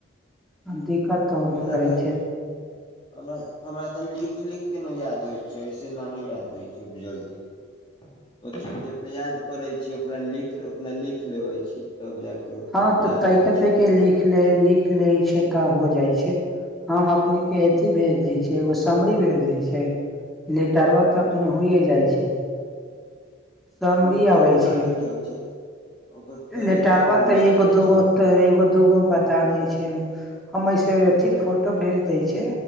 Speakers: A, in the centre; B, on the left.
A: आ दिक्कत तऽ होबे
B: हमरा
A: करै
B: तऽ
A: छै
B: हमरा हमरा तऽ लिख लिख के न याद होइ छै ऐसे न न याद होइ छै जल्दी ओ जितना याद परै छै ओकरा लिख उतना लिख लेबै छी तब जाके
A: हँ तऽ
B: याद
A: त‌इका
B: होइ छै
A: तैके
B: हमरा
A: लिख
B: से
A: लै लिख लै छै तऽ हो जाइ छै हम अपने के अथी भेज दै छिय एगो समरी भेज दै छिय लेटर तऽ अपने होइए जाइ छै समरी
B: लेटरो
A: आबै
B: न
A: छै
B: लिखे होइ छै ओकर तरीका
A: लेटरबा
B: ढूँढे
A: त एगो
B: के होइ
A: दुगो
B: छै
A: त ए दूगो बता दै छी हम हम अइसे अथी फोटो भेज दै छै